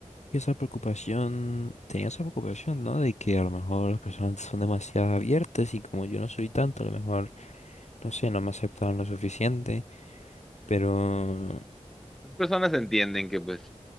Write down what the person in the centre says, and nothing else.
Las personas entienden que pues